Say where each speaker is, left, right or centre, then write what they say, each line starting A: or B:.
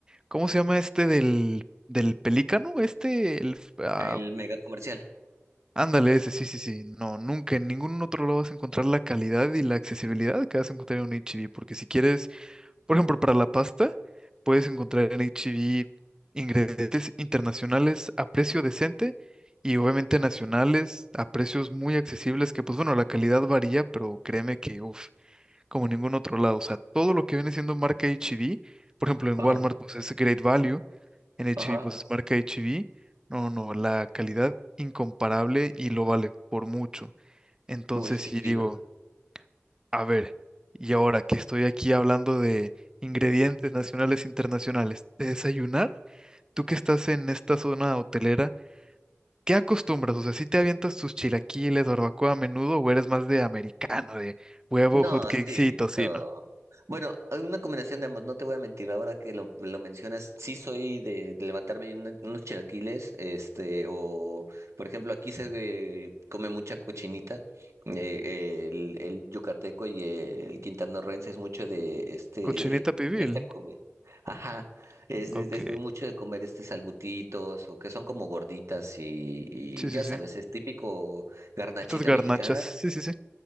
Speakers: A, on the right; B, on the right.
A: ¿cómo se llama este del, del Pelícano? Este, el, ah,
B: el mega comercial.
A: Ándale, ese, sí, sí, sí. No, nunca en ningún otro lado vas a encontrar la calidad y la accesibilidad que vas a encontrar en un HEB, porque si quieres, por ejemplo, para la pasta, puedes encontrar en HEB ingredientes internacionales a precio decente y obviamente nacionales a precios muy accesibles, que pues bueno, la calidad varía, pero créeme que, uff, como en ningún otro lado. O sea, todo lo que viene siendo marca HEB, por ejemplo, en
B: Ajá,
A: Walmart, pues es Great Value, en HB,
B: ajá.
A: pues es marca HB. No, no, la calidad incomparable y lo vale por mucho. Entonces
B: Uy, qué
A: sí
B: chido.
A: digo, a ver, y ahora que estoy aquí hablando de ingredientes nacionales e internacionales, de desayunar, tú que estás en esta zona hotelera, ¿qué acostumbras? O sea, si te avientas tus chilaquiles, barbacoa a menudo o eres más de americano, de huevo,
B: No,
A: hot cakes
B: sí,
A: y tocino?
B: no. Bueno, hay una combinación de ambos, no te voy a mentir, ahora que lo, lo mencionas, sí soy de, de levantarme y un- unos chilaquiles, este, o por ejemplo aquí se eh, come mucha cochinita, eh, el, el yucateco y el quintanarroense es mucho de este,
A: Cochinita pibil.
B: esta comida. Ajá, es
A: Ok,
B: de, es de mucho de comer este salbutitos o que son como gorditas y, y
A: sí, sí,
B: ya
A: sí.
B: sabes, es típico garnachita
A: Estas garnachas,
B: mexicana
A: sí, sí, sí.